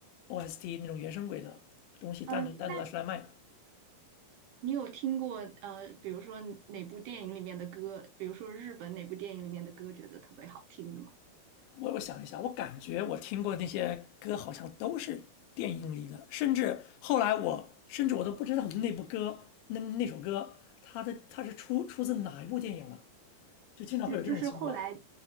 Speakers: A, on the left; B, on the right.
A: OST 那种原声轨的东西单独单独拿出来卖。
B: 呃，那你有听过呃，比如说哪部电影里面的歌，比如说日本哪部电影里面的歌，觉得特别好听的吗？
A: 我我想一下，我感觉我听过的那些歌好像都是电影里的，甚至后来我甚至我都不知道那部歌那那首歌它的它是出出自哪一部电影了，就经常会有这种情况。
B: 就就是后来